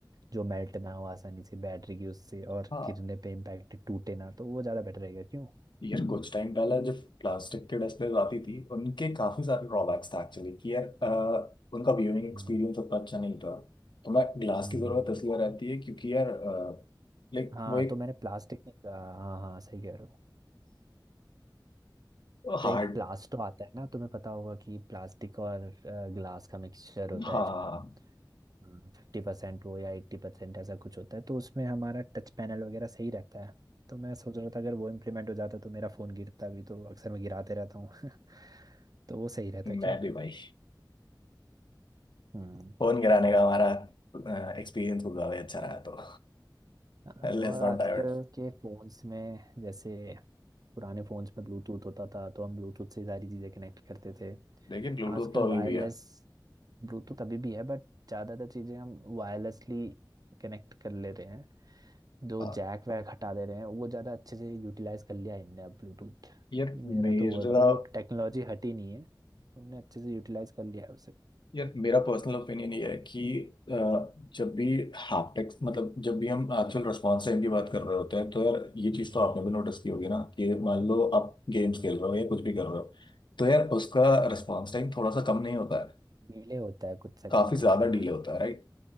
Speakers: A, on the right (about 55°); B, on the left (about 75°).
A: जो मेल्ट ना हो आसानी से बैटरी की उससे और
B: हाँ
A: गिरने पे इम्पैक्ट टूटे ना तो वो ज़्यादा बेटर रहेगा क्यों
B: यार कुछ टाइम पहले जब प्लास्टिक के डिस्प्लेज आती थी उनके काफी सारे ड्रॉबैक्स था एक्चुअली कि यार अ, उनका व्यूइंग
A: हम्म,
B: एक्सपीरियंस उतना अच्छा नहीं था तो मैं ग्लास
A: हम्म
B: की जरूरत इसलिए रहती है क्योंकि यार लाइक
A: हाँ
B: वो एक
A: तो मैंने प्लास्टिक नहीं कहा हाँ हाँ सही कह रहे हो तो
B: हार्ड
A: एक प्लास्टो आता है ना तुम्हें पता होगा कि प्लास्टिक और ग्लास का मिक्सचर होता
B: हाँ हाँ,
A: है जो
B: हाँ,
A: फिफ्टी परसेंट हो या एट्टी परसेंट ऐसा कुछ होता है तो उसमें हमारा टच पैनल वगैरह सही रहता है तो मैं सोच रहा था अगर वो इम्प्लीमेंट हो जाता तो मेरा फ़ोन गिरता भी तो अक्सर मैं गिराते रहता हूँ <laughs> तो वो सही रहता
B: मैं
A: क्यों
B: भी भाई
A: हम्म
B: फोन गिराने का हमारा एक्सपीरियंस कुछ ज्यादा ही अच्छा रहा तो
A: हाँ,
B: <laughs> लेट्स
A: और
B: नॉट
A: आजकल
B: डाइवर्ट
A: के फ़ोन्स में जैसे पुराने फ़ोन्स में ब्लूटूथ होता था तो हम ब्लूटूथ से सारी चीज़ें कनेक्ट करते थे
B: लेकिन ब्लूटूथ
A: आजकल
B: तो अभी
A: वायरलेस
B: भी है
A: ब्लूटूथ अभी भी है बट ज़्यादातर चीज़ें हम वायरलेसली कनेक्ट कर ले रहे हैं जो
B: हाँ
A: जैक वैक हटा दे रहे हैं वो ज़्यादा अच्छे से यूटिलाइज कर लिया है इनने अब ब्लूटूथ
B: यार
A: मेरा
B: मेरा
A: तो वो है मतलब वो टेक्नोलॉजी हटी नहीं है उनने अच्छे से यूटिलाइज कर लिया है उसे
B: यार मेरा पर्सनल ओपिनियन ये है कि अ, जब भी हैप्टिक्स मतलब जब भी हम एक्चुअल रिस्पॉन्स टाइम की बात कर रहे होते हैं तो यार ये चीज़
A: हम्म,
B: तो आपने भी नोटिस की होगी ना कि मान लो आप गेम्स खेल रहे हो या कुछ भी कर रहे हो तो यार उसका रिस्पॉन्स टाइम थोड़ा सा कम नहीं होता है
A: डिले होता है कुछ सेकंड
B: काफ़ी ज़्यादा
A: का हाँ
B: डिले होता है राइट